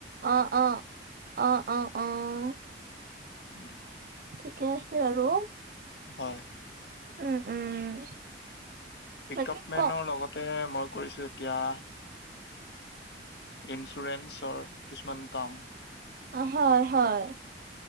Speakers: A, on the right; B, on the left.
A: অ', অ', অ', অ', অ'।
B: <inaudible>
A: ঠিকে আছে, বাৰু।
B: হয়।
A: উম, উম।
B: পিকাপ
A: বাকী
B: মেনৰ
A: কওক
B: লগতে, মই কৰিছোঁ এতিয়া ইঞ্চুৰেঞ্চৰ কিছুমান কাম।
A: অ', হয়, হয়।